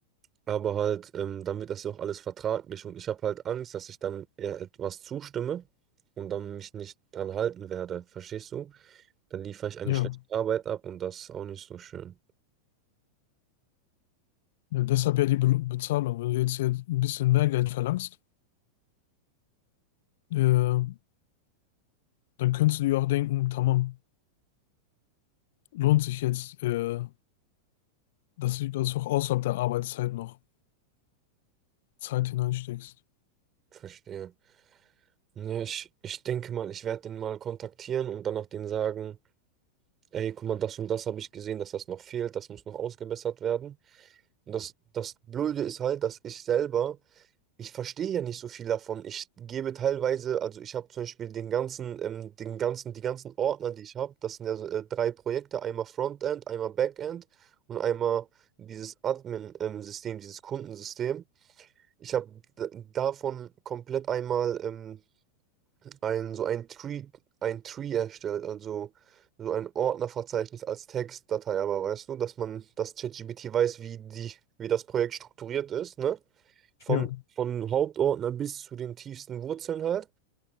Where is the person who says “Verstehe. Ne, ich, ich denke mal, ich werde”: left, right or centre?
Right